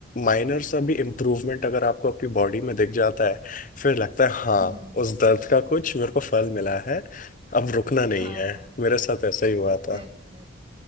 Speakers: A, on the left (about 45°); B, on the right (about 30°).
A: माइनर सा भी इम्प्रूवमेंट अगर आपको अपनी बॉडी में दिख जाता है फिर लगता है हाँ
B: हम्म
A: उस दर्द का कुछ मेरे को फल मिला है अब रुकना नहीं
B: हाँ
A: है मेरे साथ ऐसा ही हुआ था
B: बिल्कुल